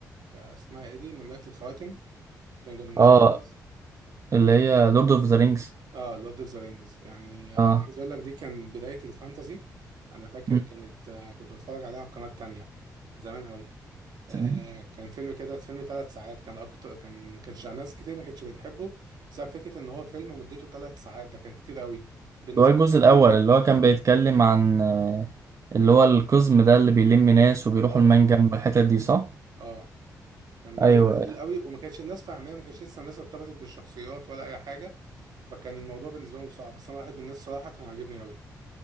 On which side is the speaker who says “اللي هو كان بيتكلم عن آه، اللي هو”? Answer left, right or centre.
Right